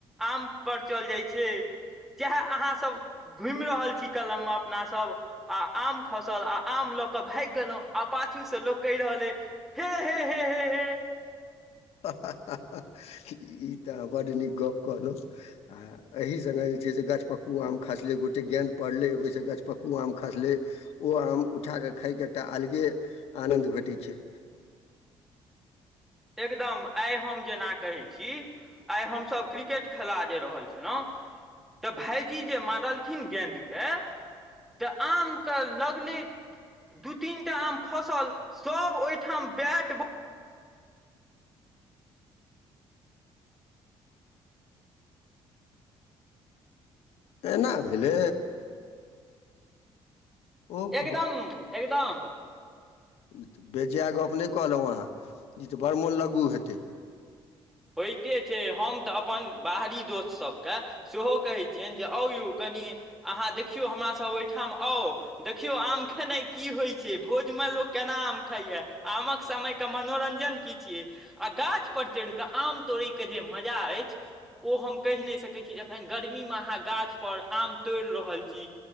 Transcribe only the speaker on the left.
ह ह ह ह इ तऽ बड नीक गप कहलऊ आ एहि संगे छै गाछ पक्कु आम आम खसले गोटे गेद पड़ले ओहि गछपक्कू आम खसले ओ आम उठा खाय के एकटाल जे आनन्द भेटि छै
एना भेलै ओहो
ई तऽ बेजाय गप्प नहि कहलहुँ अहाँ ई तऽ बड़ मोन लगू हेतै